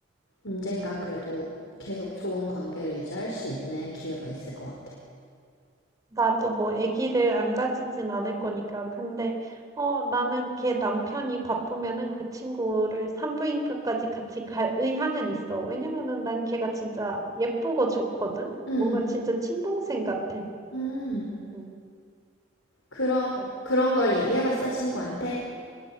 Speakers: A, on the left; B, on the right.
A: 언젠간 그래도 계속 좋은 관계를 유지할 수 있는 기회가 있을 것 같아.
B: 나도 뭐 아기를 안 가지진 않을 거니까. 근데, 어, 나는 걔 남편이 바쁘면은 그 친구를 산부인과까지 같이 갈 의향은 있어. 왜냐면은 난 걔가 진짜 예쁘고 좋거든?
A: 음,
B: 뭔가 진짜 친동생 같아.
A: 음,
B: 음,
A: 그러,
B: 어.
A: 그런 걸 얘기해봤어, 친구한테?